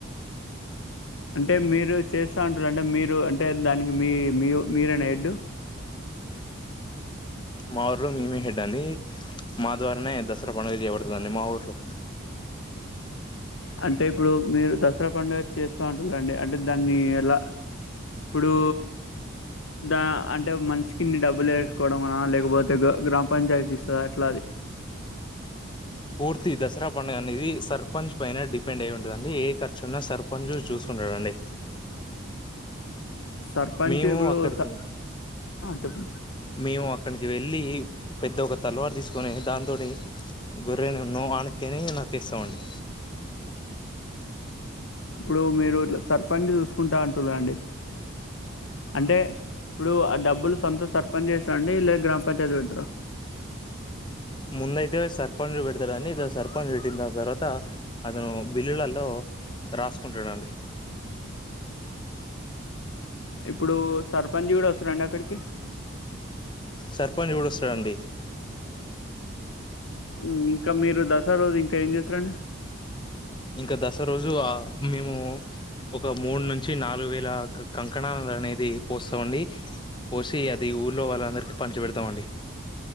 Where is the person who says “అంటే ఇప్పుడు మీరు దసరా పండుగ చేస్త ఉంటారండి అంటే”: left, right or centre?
Left